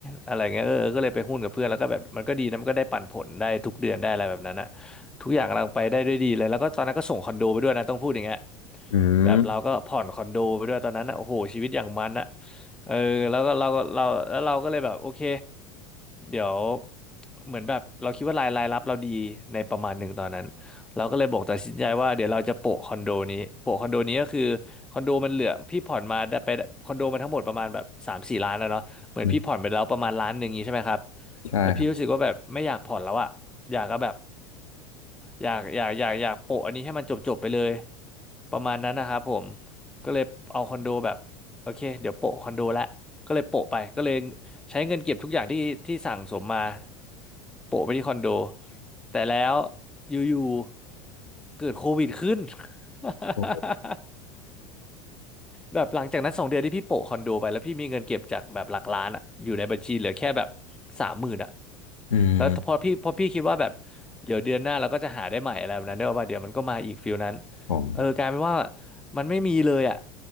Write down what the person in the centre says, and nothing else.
อะไรเงี้ยเออก็เลยไปหุ้นกับเพื่อนแล้วก็แบบมันก็ดีนะมันก็ได้ปันผลได้ทุกเดือนได้อะไรแบบนั้นอะทุกอย่างกำลังไปได้ด้วยดีเลยแล้วก็ตอนนั้นก็ส่งคอนโดไปด้วยนะต้องพูดอย่างเงี้ย
แบบเราก็ผ่อนคอนโดไปด้วยตอนนั้นอะโอ้โหชีวิตอย่างมันอะเออแล้วก็เราก็เราแล้วเราก็เลยแบบโอเค เดี๋ยวเหมือนแบบเราคิดว่ารายรายรับเราดีในประมาณหนึ่งตอนนั้นเราก็เลยบอกตัดสินใจว่าเดี๋ยวเราจะโปะคอนโดนี้โปะคอนโดนี้ก็คือคอนโดมันเหลือพี่ผ่อนมาได้ไปคอนโดมันทั้งหมดประมาณแบบสามสี่ล้านแล้วเนาะเหมือนพี่ผ่อนไปแล้วประมาณล้านหนึ่งนี้ใช่ไหมครับ
แล้วพี่รู้สึกว่าแบบไม่อยากผ่อนแล้วอะอยากก็แบบอยากอยากอยากอยากโปะอันนี้ให้มันจบจบไปเลยประมาณนั้นนะครับผมก็เลยเอาคอนโดแบบโอเคเดี๋ยวโปะคอนโดละก็เลยโปะไปก็เลย ใช้เงินเก็บทุกอย่างที่ที่สั่งสมมาโปะไปที่คอนโดแต่แล้วอยู่ๆเกิดโควิดขึ้น <laughs>
แบบหลังจากนั้นสองเดือนที่พี่โปะคอนโดไปแล้วพี่มีเงินเก็บจากแบบหลักล้านอะอยู่ในบัญชีเหลือแค่แบบสามหมื่นอ่ะ
แล้วพอพี่พอพี่คิดว่าแบบเดี๋ยวเดือนหน้าเราก็จะหาได้ใหม่อะไรแบบนั้นเด้อะว่าเดี๋ยวมันก็มาอีกฟิลนั้น
เออกลายเป็นว่ามันไม่มีเลยอ่ะ